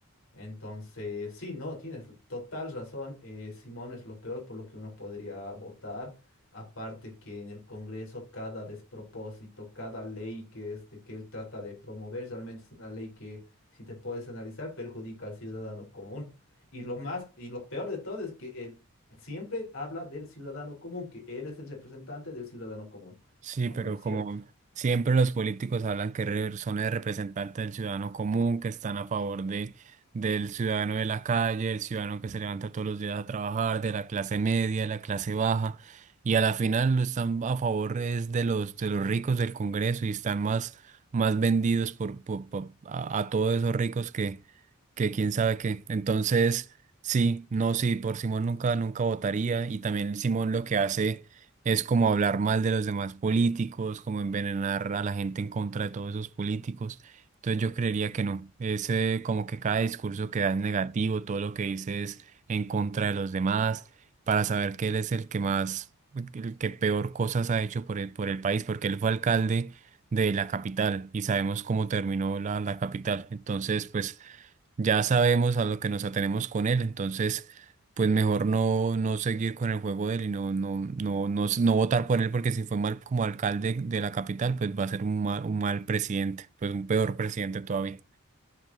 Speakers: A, on the left; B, on the right.
A: Entonces, sí, no, tienes total razón. eh, Simón es lo peor por lo que uno podría votar. Aparte que en el Congreso cada despropósito, cada ley que, este, que él trata de promover, realmente es una ley que, si te puedes analizar, perjudica al ciudadano común. Y lo más, y lo peor de todo es que él siempre habla del ciudadano común, que él es el representante del ciudadano común,
B: Sí,
A: cuando
B: pero
A: no es
B: como
A: cierto.
B: siempre los políticos hablan que re- son el representante del ciudadano común, que están a favor de, del ciudadano de la calle, el ciudadano que se levanta todos los días a trabajar, de la clase media, de la clase baja, y a la final lo están a favor es de los, de los ricos del Congreso y están más, más vendidos por, por- por- a, a todos esos ricos que, que quién sabe qué. Entonces, sí, no, sí, por Simón nunca, nunca votaría y también Simón lo que hace es como hablar mal de los demás políticos, como envenenar a la gente en contra de todos esos políticos. Entonces yo creería que no. Es eh, como que cada discurso que da es negativo, todo lo que dice es en contra de los demás, para saber que él es el que más, el que peor cosas ha hecho por el, por el país, porque él fue alcalde de la capital y sabemos cómo terminó la, la capital. Entonces, pues ya sabemos a lo que nos atenemos con él, entonces pues mejor no, no seguir con el juego de él y no, no, no, no, no votar por él porque si fue mal como alcalde de la capital, pues va a ser un mal, un mal presidente, pues un peor presidente todavía.